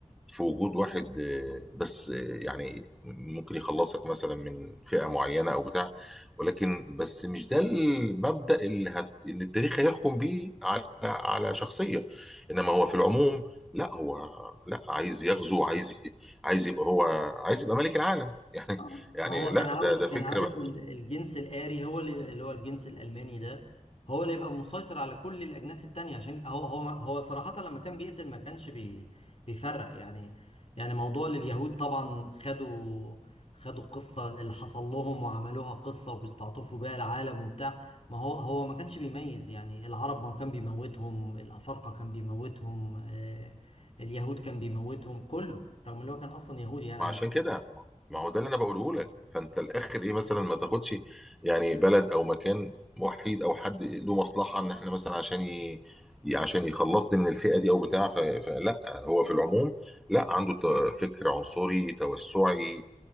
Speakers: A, in the centre; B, on the left.
A: في وجود واحد آه، بس آه، يعني ممكن يخلصك مثلا من فئة معينة او بتاع ولكن بس مش ده المبدأ اللي هت... اللي التاريخ هيحكم بيه على على شخصية انما هو في العموم لا هو لا عايز يغزو عايز عايز يبقى هو عايز يبقى ملك العالم <laughs> يعني
B: اه
A: يعني
B: ما هو
A: لا
B: كان عاوز
A: ده ده فكرة
B: كان عاوز ال- الجنس الآري هو اللي اللي هو الجنس الألماني ده هو اللي يبقى مسيطر على كل الأجناس التانية عشان هو هو هو صراحة لما كان بيقتل ما كانش بي بيفرق يعني يعني موضوع لليهود طبعا خدوا خدوا القصة اللي حصل لهم وعملوها قصة وبيستعطفوا بيها العالم وبتاع ما هو هو ما كانش بيميز يعني العرب ما كان بيموتهم الأفارقة كان بيموتهم آه، اليهود كان بيموتهم كله رغم اللي هو كان أصلا يهودي يعني
A: ما
B: على
A: عشان
B: فكرة
A: كده ما هو ده اللي انا بقوله لك فانت الاخر ايه مثلا ما تاخدش يعني بلد او مكان وحيد او حد له مصلحه ان احنا مثلا عشان ي... ي- عشان يخلصني من الفئه دي او بتاع ف... فلا هو في العموم لا عنده ت- فكر عنصري توسعي